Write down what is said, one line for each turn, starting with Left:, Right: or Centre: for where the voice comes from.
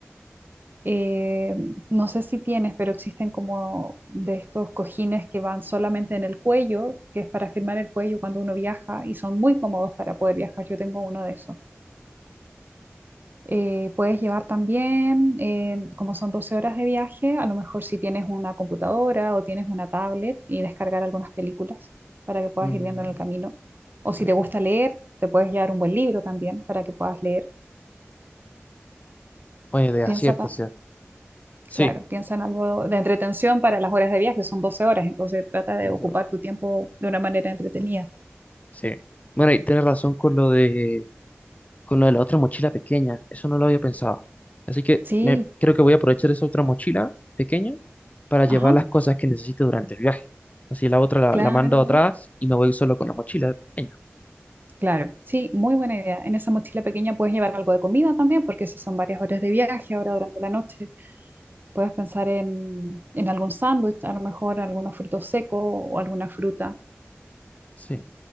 Right: Eh, no sé si tienes, pero existen como de estos cojines que van solamente en el cuello, que es para firmar el cuello cuando uno viaja y son muy cómodos para poder viajar. Yo tengo uno de esos. eh, puedes llevar también, eh, como son 12 horas de viaje, a lo mejor si tienes una computadora o tienes una tablet y descargar algunas películas para que puedas
Left: mm,
Right: ir viendo en el camino. O
Left: buena
Right: si te
Left: idea.
Right: gusta leer, te puedes llevar un buen libro también para que puedas leer.
Left: Buena idea,
Right: Piensa,
Left: cierto,
Right: ta-
Left: cierto. Sí,
Right: claro, piensa en algo de entretención para las horas de viaje, son 12 horas, entonces trata de
Left: vamos
Right: ocupar
Left: a ver.
Right: tu tiempo de una manera entretenida.
Left: Sí. Bueno, y tienes razón con lo de con lo de la otra mochila pequeña. Eso no lo había pensado. Así que
Right: Sí,
Left: me, creo que voy a aprovechar esa otra mochila pequeña para
Right: ajá,
Left: llevar las cosas que necesite durante el viaje. Así la otra la,
Right: claro.
Left: la mando atrás y me voy solo con la mochila pequeña.
Right: Claro, sí, muy buena idea. En esa mochila pequeña puedes llevar algo de comida también, porque si son varias horas de viaje ahora durante la noche, puedes pensar en, en algún sándwich, a lo mejor algunos frutos secos o alguna fruta,
Left: Sí.